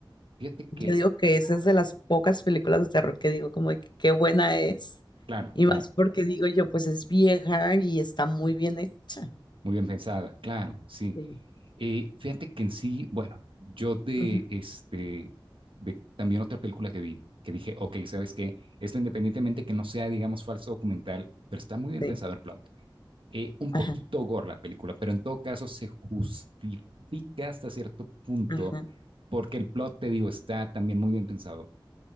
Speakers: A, on the right; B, on the left.
A: Fíjate
B: Yo
A: que,
B: digo que esa
A: ah,
B: es de las pocas películas de terror que digo como de que qué buena es
A: claro,
B: y
A: claro.
B: más porque digo yo, pues es vieja y está muy bien hecha.
A: Muy bien pensada, claro, sí.
B: Sí,
A: Eh, fíjate que en sí, bueno, yo de
B: ujú,
A: este, de también otra película que vi, que dije, ok, ¿sabes qué? Esto independientemente que no sea, digamos, falso documental, pero está muy bien
B: sí,
A: pensado el plot. Eh, un
B: ajá,
A: poquito gore la película, pero en todo caso se justifica hasta cierto punto
B: ajá.
A: porque el plot, te digo, está también muy bien pensado